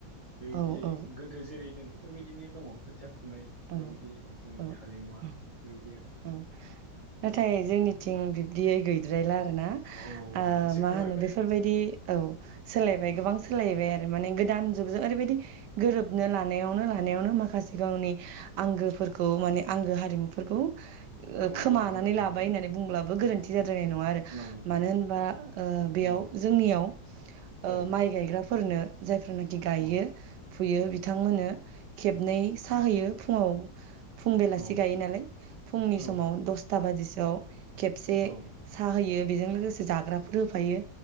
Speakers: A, on the right (about 20°); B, on the right (about 75°).
A: बेबायदि
B: औ औ
A: गोदो जेरै दोङो बिदिनो दंङ खोथिया फुनाय
B: औ
A: बेबायदि जोंनि
B: औ
A: हारिमुवा
B: औ
A: बेबायदि आरो
B: औ नाथाय जों मिथिं बिब्दियै गैद्रायला आरो ना
A: औ
B: ओ
A: एसे
B: मा
A: खमायबाय
B: होनो बेफोरबायदि औ सोलायबाय
A: औ
B: गोबां सोलायबाय आरो माने गोदान जुगजों
A: औ
B: ओरैबायदि गोरोब खोबनो लानायावनो लानायावनो माखासे गावनि आंगोफोरखौ माने आंगो हारिमुफोरखौ
A: खोमाना
B: खोमानानै
A: लानांदों
B: लाबाय
A: नामा ना?
B: होननानै बुंब्लाबो गोरोन्थि
A: औ
B: जाद्रायनाय नङा आरो
A: नंगौ
B: मानो होनबा ओ‌ बेयाव
A: नंगौ
B: जोंनियाव ओ
A: औ
B: माइ गायग्रा फोरनो जाय जेनाखि गायो
A: औ
B: फुयो बिथांमोननो खेबनै साहा होयो फुंङाव फुं बेलासे
A: औ
B: गायो नालाय फुंनि समाव
A: औ
B: दसथा बाजि <unintelligible> खेबसे
A: औ
B: सा हैयो बेजों लोगोसे जाग्राफोर होफायो